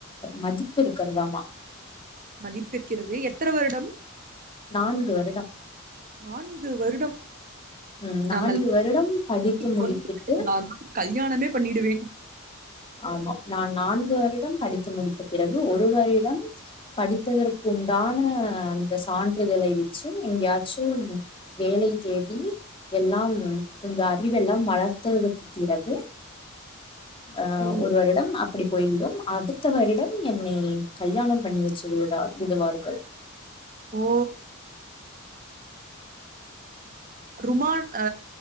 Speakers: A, on the left (about 25°); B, on the right (about 40°).
A: மதிப்பு இருக்கு கிறதாமா
B: மதிப்பிருக்கிறது எத்தன வருடம்
A: நான்கு வருடம்
B: நான்கு வருடம்
A: ம் நான்கு
B: நம்மல்
A: வருடம் படித்து முடித்து
B: கொண் கல்யாணமே பண்ணிடுவேன்
A: ஆமா நான் நான்கு வருடம் படித்து முடித்த பிறகு ஒரு வருடம் படித்ததற்கு உண்டான அந்த சான்றிதழை வச்சு எங்கயாச்சும் வேலை தேடி எல்லாம் கொஞ்சம் அறிவெல்லாம் வளர்த்ததுக்கு பிறகு ஆ
B: ம்
A: ஒரு வருடம் அப்படி போய்விடும் அடுத்த வருடம் என்னை கல்யாணம் பண்ணி வச்சிர விடுவார்கள்
B: ஓ ருமான் அ